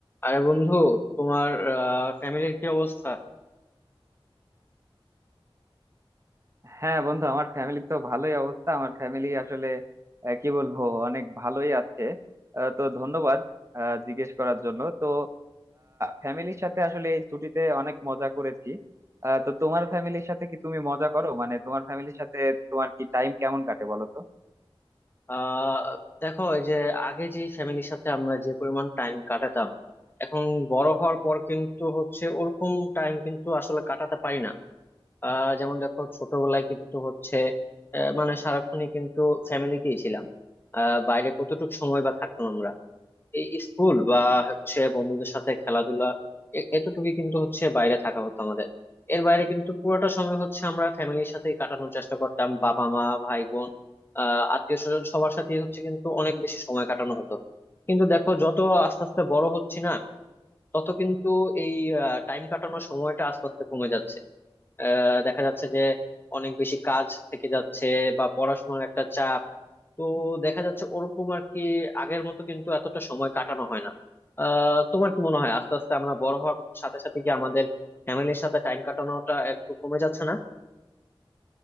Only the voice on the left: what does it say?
আরে বন্ধু তোমার ফ্যামিলির কি অবস্থা
আহ দেখো এই যে আগে যে ফ্যামিলির সাথে আমরা যে পরিমাণ টাইম কাটাতাম এখন বড় হওয়ার পর কিন্তু হচ্ছে ওরকম টাইম কিন্তু আসলে কাটাতে পারি না আহ যেমন দেখো ছোটবেলায় কিন্তু হচ্ছে আহ, মানে সারাক্ষণই কিন্তু ফ্যামিলিতেই ছিলাম আহ বাইরে কতটুকু সময় বা থাকতাম আমরা এই স্কুল বা হচ্ছে বন্ধুদের সাথে খেলাধুলা এ- এতটুকুই কিন্তু হচ্ছে বাইরে থাকা হতো আমাদের এর বাইরে কিন্তু পুরোটা সময় হচ্ছে আমরা ফ্যামিলির সাথে কাটানোর চেষ্টা করতাম বাবা মা ভাই বোন আহ আত্মীয় স্বজন সবার সাথে হচ্ছে কিন্তু অনেক বেশি সময় কাটানো হতো কিন্তু দেখো যত আস্তে আস্তে বড় হচ্ছি না তত কিন্তু এই টাইম কাটানোর সময়টা আস্তে আস্তে কমে যাচ্ছে আহ দেখা যাচ্ছে যে অনেক বেশি কাজ থেকে যাচ্ছে বা পড়াশোনার একটা চাপ তো দেখা যাচ্ছে ওরকম আর কি আগের মতো কিন্তু এতটা সময় কাটানো হয় না আহ তোমার কি মনে হয় আস্তে আস্তে আমরা বড় হওয়ার সাথে সাথে কি আমাদের ফ্যামিলির সাথে টাইম কাটানোটা একটু কমে যাচ্ছে না